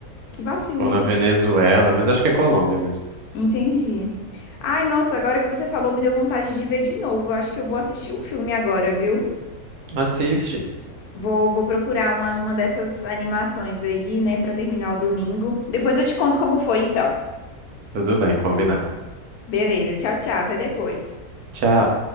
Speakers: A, on the left; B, on the right.
A: que vacilo.
B: ou na Venezuela, mas acho que é Colômbia mesmo.
A: Entendi. Ai, nossa, agora que você falou, me deu vontade de ver de novo. Eu Acho que eu vou assistir um filme agora, viu?
B: Assiste.
A: Vou, vou procurar uma, uma dessas animações aí, né, pra terminar o domingo. Depois eu te conto como foi, então.
B: Tudo bem, combinado.
A: Beleza, tchau, tchau, até depois.
B: Tchau.